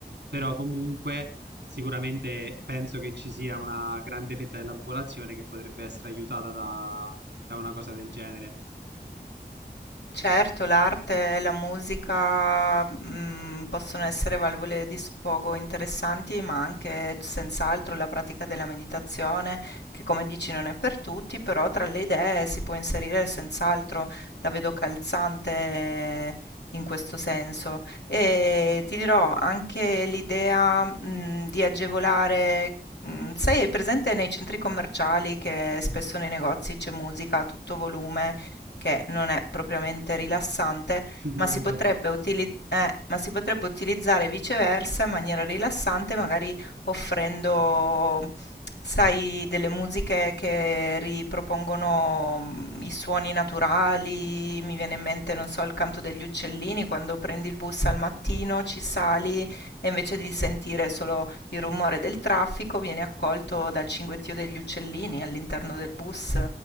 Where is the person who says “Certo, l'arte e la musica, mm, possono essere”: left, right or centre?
Left